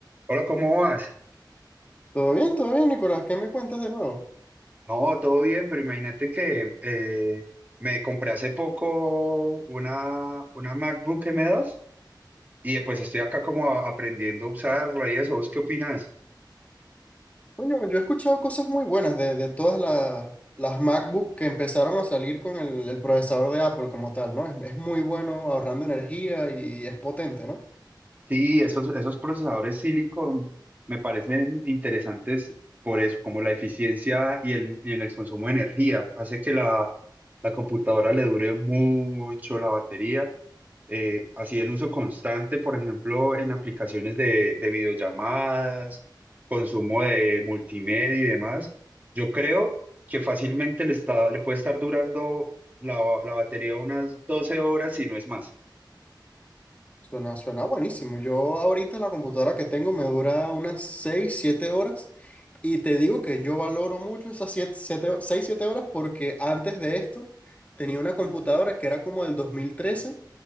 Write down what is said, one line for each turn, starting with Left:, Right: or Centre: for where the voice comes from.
Right: Hola, ¿cómo vas?
Left: Todo bien, todo bien, Nicolás. ¿Qué me cuentas de nuevo?
Right: No, todo bien, pero imagínate que eh, me compré hace poco una, una MacBook m dos y eh, pues estoy acá como a- aprendiendo a usarla y eso. ¿Vos qué opinas?
Left: Coño, yo he escuchado cosas muy buenas de, de todas las, las MacBook que empezaron a salir con el, el procesador de Apple como tal, ¿no? Es, es muy bueno ahorrando energía y es potente, ¿no?
Right: Sí, esos, esos procesadores Silicon me parecen interesantes por eso, como la eficiencia y el, y el consumo de energía. Hace que la, la computadora le dure mucho la batería eh, así en uso constante, por ejemplo, en aplicaciones de, de videollamadas, consumo de multimedia y demás, yo creo que fácilmente le está, le puede estar durando la, la batería unas 12 horas y no es más.
Left: Suena, suena buenísimo. Yo ahorita la computadora que tengo me dura unas 6 7 horas y te digo que yo valoro mucho esas siete siete seis siete horas porque antes de esto tenía una computadora que era como del dos mil trece